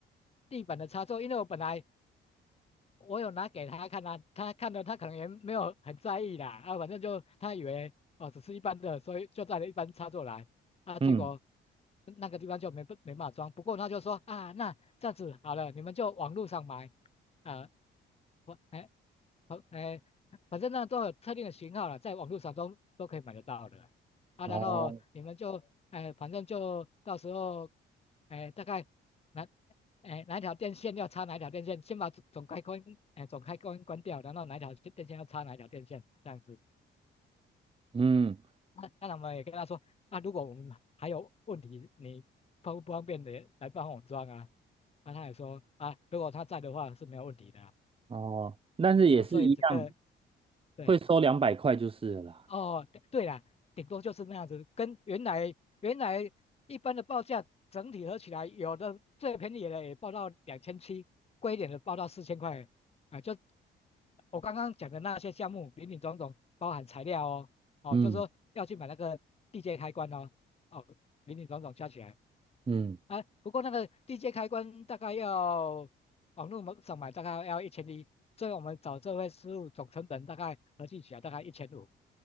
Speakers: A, on the left; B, on the right.
A: 地板的插座，因为我本来我有拿给他看啊，他看了他可能也没有很在意啦，啊，反正就他以为哦只是一般的，所以就带了一般插座来，啊，
B: 嗯，
A: 结果那个地方就没没办法装，不过他就说啊，那这样子好了，你们就网络上买，啊，我哎好哎，反正那都有特定的型号了，在网络上都都可以买得到的，啊，
B: 哦，
A: 然后你们就哎，反正就到时候哎大概。哪哎哪一条电线要插哪一条电线，先把总总开关哎总开关关掉，然后哪一条电线要插哪一条电线这样子。
B: 嗯，
A: 那那然我们也跟他说啊，如果我们还有问题，你方不方便的来帮我装啊？那他也说啊，如果他在的话是没有问题的啊，
B: 哦，但是也是一样，
A: 啊所以整个对。
B: 会收两百块就是了啦，
A: 哦，对对啦，顶多就是那样子，跟原来原来一般的报价整体合起来，有的最便宜的也报到两千七，贵一点的报到四千块，啊，就我刚刚讲的那些项目，林林总总包含材料哦，哦，
B: 嗯
A: 就是说要去买那个地接开关哦，哦，林林总总加起来，
B: 嗯，
A: 啊，不过那个地接开关大概要网络上买大概要一千一，所以我们找这位师傅总成本大概合计起来大概一千五。